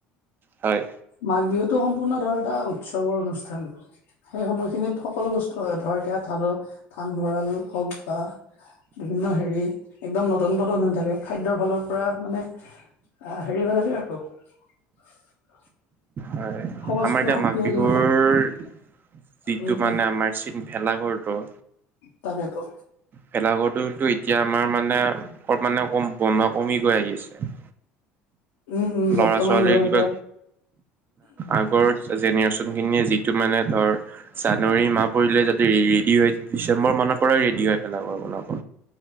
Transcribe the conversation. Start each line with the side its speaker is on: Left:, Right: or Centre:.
Right: হয়।
Left: মাঘ বিহুটো সম্পূৰ্ণ ধৰ এটা উৎসৱৰ অনুষ্ঠান। সেই সময়খিনিত সকলো বস্তু ধৰ এতিয়া ধানৰ ধান ভঁৰাল হওক বা বিভিন্ন হেৰি একদম নদন-বদন হৈ থাকে খাদ্যৰ ফালৰ পৰা মানে আ, হেৰি হৈ থাকে আৰু। <inaudible>
Right: হয়
Left: সমাজখন
Right: আমাৰ এতিয়া
Left: শক্তিশালী
Right: মাঘ বিহুৰ
Left: হৈ থাকে।
Right: যিটো
Left: উম
Right: মানে
Left: উম।
Right: আমাৰ ভেলাঘৰটোৰ
Left: তাকেতো।
Right: ভেলাঘৰটো তো এতিয়া আমাৰ মানে অলপ মানে কম বনোৱা কমি গৈ আহি আছে।
Left: উম উম
Right: লৰা
Left: বৰ্তমান
Right: ছোৱালীৰ
Left: ধৰ
Right: কিবা
Left: এতিয়া
Right: আগৰ জেনেৰেচন খিনিয়ে যিটো মানে ধৰ জানুৱাৰী মাহ পৰিলে যাতে ৰেডি হয় ডিচেম্বৰ মানৰ পৰাই ৰেডি হৈ ভেলাঘৰ বনাব।